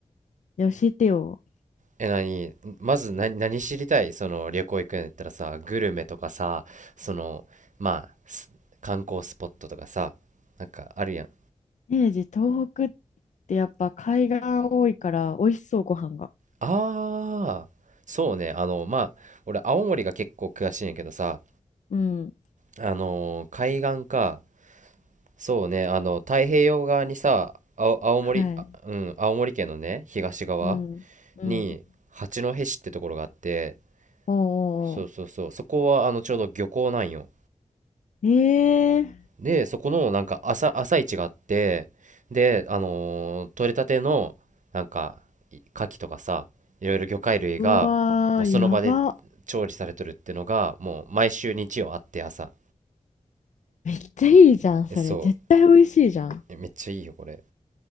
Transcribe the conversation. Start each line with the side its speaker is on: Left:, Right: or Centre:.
Left: で、教えてよ。
Right: え、何、まず何、何知りたいその、旅行行くんやったらさ、グルメとかさ、その、まあ、す観光スポットとかさ、なんか、あるやん。
Left: イメージ、東北ってやっぱ海岸多いから美味しそう、ご飯が。
Right: ああ、そうね、あの、まあ、俺、青森が結構詳しいんやけどさ、
Left: うん、
Right: あのー海岸か、そうね、あの、太平洋側にさ、青、青森、
Left: はい。
Right: あうん、青森県のね、東側
Left: うん、うん。
Right: に、八戸市ってところがあって、
Left: おう
Right: そうそうそう、
Left: おうお
Right: そこは、あの、ちょうど漁港なんよ。
Left: う。ええー
Right: で、そこの、なんか、朝、朝市があって、で、あのー取れたての、なんか、い牡蠣とかさ、いろいろ魚介類が、
Left: うわー、
Right: もうその場で
Left: やば。
Right: 調理されとるってのが、もう、毎週日曜あって、朝。
Left: めっちゃいいじゃん、それ。
Right: え、そ
Left: 絶対美味しいじゃん。
Right: う、えめっちゃいいよ、これ。